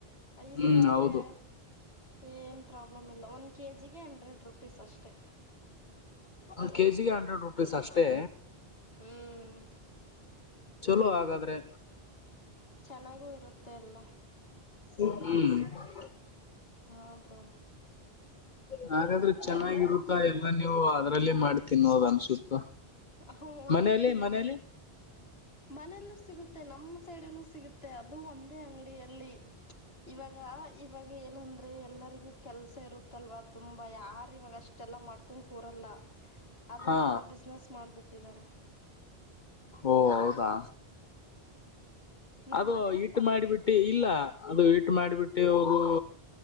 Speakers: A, on the left; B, on the left.
A: ಈ
B: ಹ್ಮ್
A: ಥರ ಆದ್ರೆ
B: ಹೌದು
A: ಏನು ಪ್ರಾಬ್ಲಮ್ ಇಲ್ಲ ಒನ್ ಕೆ ಜಿಗೆ ಹಂಡ್ರೆಡ್ ರುಪೀಸ್ ಅಷ್ಟೇ
B: ಒ ಕೆಜಿಗೆ ಹಂಡ್ರೆಡ್ ರುಪೀಸ್ ಅಷ್ಟೇ
A: ಹ್ಮ್
B: ಚಲೋ ಹಾಗಾದ್ರೆ
A: ಚೆನ್ನಾಗೂ ಇರುತ್ತೆ ಅಲ್ಲ
B: ಹ್ಮ್ <inaudible>
A: ಹಾ ಬ್ರೋ
B: ಹಾಗಾದ್ರೆ ಚೆನ್ನಾಗಿರುತ್ತಾ
A: ಎಲ್ಲ
B: ಎಲ್ಲಾ ನೀವು ಅದ್ರಲ್ಲೇ ಮಾಡೀ ತಿನ್ನೋದು ಅನ್ಸುತ್ತ
A: <unintelligible> ಹ
B: ಮನೇಲಿ
A: ಹಂಗೆ
B: ಮನೇಲಿ
A: ಇಲ್ಲಿ ಮನೆಯಲ್ಲೂ ಸಿಗುತ್ತೆ ನಮ್ಮ ಸೈಡನು <unintelligible> ತ್ತ ಅದು ಒಂದೇ ಅಂಗಡಿಯಲ್ಲಿ ಇವಾಗ ಇವಾಗ ಏನು ಅಂದ್ರೆ ಎಲ್ಲರಿಗೂ ಕೆಲ್ಸ ಇರುತ್ತಲ್ವಾ ತುಂಬಾ ಯಾರ <unintelligible> ಇವಾಗ ಅಷ್ಟೆಲ್ಲ ಮಾಡ್ಕೊಂಡ ಕೂರಲ್ಲ ಅದೊಂಥರ
B: ಹಾ
A: ಬಿಸ್ನೆಸ್ ಬಿಟ್ಟಿದ್ದಾರೆ <inaudible>
B: ಓ ಹೌದಾ
A: ನಮ್ಮನೆ
B: ಅದು ಇಟ್ಟು
A: ಪಕ್ಕ
B: ಮಾಡಿಬಿಟ್ಟು ಇಲ್ಲ ಅದು ಇಟ್ಟ ಇ <unintelligible> ಮಾಡಿಬಿಟ್ಟು ಅವರು